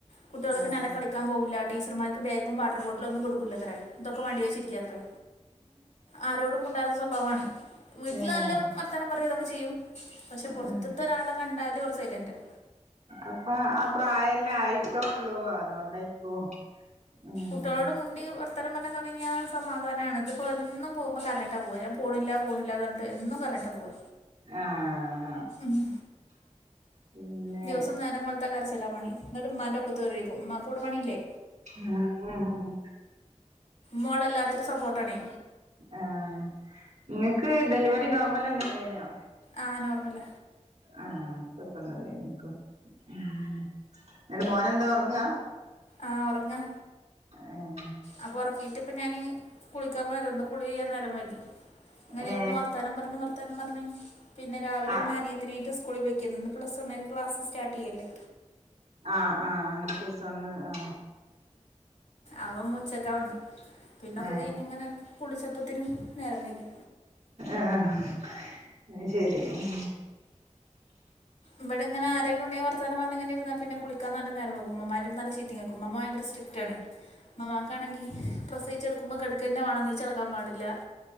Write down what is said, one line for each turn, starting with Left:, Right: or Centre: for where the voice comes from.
Left: കുട്ടികൾ
Right: ആഹ്
Left: പിന്നെ അന
Right: ആഹ്
Left: കളിക്കാൻ പോവില്ല ടീച്ചർമാർക്ക് ബാഗും വാട്ടറ് ബോട്ടില ഒന്നും കൊടുക്കില്ലത്രേ. ഇതൊക്കെ മടി വെച്ചിരിക്കാത്രേ ആരോടും മൂണ്ടാത്ത സ്വഭാവണ വീട്ടിൽ
Right: ഏഹ്
Left: നല്ല. വർത്തനം പറതൊക്കെ ചെയ്യും പക്ഷെ പുറത്തത്ത
Right: ഉം
Left: ഒരാളെ കണ്ടാല് ഓള് സൈലൻറ് ആ.
Right: അപ്പൊ ആ പ്രായെല്ലേ ആയിട്ടേള്ളൂ അതൊണ്ടായിക്കു. ഉം.
Left: കുട്ടളോട് മുണ്ടി വർത്തനം പറാൻ തുടങ്ങിയ സമാധാനാണ് ഇത്‌പ്പോൾ എന്നും പോക്പോൾ കറനിയിട്ട പോകുക ഞാൻ പോണില്ല പോണില്ല എന്ന് പറഞ്ഞ. കേട്ട് എന്നും കറഞ്ഞിട്ട് പോവാ.
Right: ആഹ.
Left: മ്
Right: പിന്നെ
Left: ദിവസം നേരം വെളുത്ത ആ കരചില്ലാ പണി എന്നട്ട്മാന്റെ ഒക്കത്റിരിക്കും മാക്കവിടെ പണില്ലേ.
Right: മം മം
Left: മോളെല്ലാത്തിരും സപ്പോർട്ടാണ.
Right: ആ നിങ്ങൾക്ക് ഡെലിവറി നോർമൽ എന്നെല്ലനോ.
Left: ആ നോർമല.
Right: ആഹ കൊയപ്പം ഒന്നുലെനിയേക്കും മം എന്നിട് മോൻ എന്താ ഉറങ്ങാ.
Left: ആഹ ഉറങ്ങാ.
Right: ഏഹ്
Left: അപ്പൊ ഉറക്കിയിട്ട് ഇപ്പ ഞാന് കുളിക്കാൻ പോയത ഇന്ന് കുളിക്കാൻ നേരം വൈകി. ഇങ്ങനെയായിരുന്നു
Right: ഏ
Left: വർത്താനം പറഞ്ഞഞ് വർത്താനം പറഞ്ഞു പിന്നെ രാവിലെ
Right: ആ
Left: മാനിയ. ത്തിനെയിട്ട് സ്കൂള പോയിക്കെനി പ്ലസ് വണ്ണർക്ക് ക്ലസ് സ്റ്റാർട്ട് ചെയ്യല്ലേ.
Right: ആഹ് ആഹ് ഇന്ന് പ്ലസ് വൺ ആഹ.
Left: അവമ്മുച്ചക്കാ വന്ന്. പിന്നൊക്കെ
Right: ഏ
Left: കഴിഞ്ഞ് ഇങ്ങനെ കുളിച്ചപ്പത്തിനും നേരം വൈകി.
Right: ആഹ് അത് ശരി. ഉം
Left: ഇവടെ ഇങ്ങനെ ആരേലും ഉണ്ടെങ്കി വർത്താനം പറഞ്ഞ്ങ്ങനെ ഇരുന്നാ പിന്നെ കുളിക്കാൻ നല്ല നേരമാകും. ഉമ്മുമ്മാന്റെ നല്ല ചീത്തിം കേക്കും. ഉമ്മുമ്മ ഭയങ്കര സ്ട്രി ക്റ്റാണ്. ഉമ്മാമ്മാക്കാണെങ്കി പ്രസവിച്ചെടുക്കുമ്പോ കെടക്ക് ന്നെ വേണം നീച്ചടക്കാൻ പാടില്ല.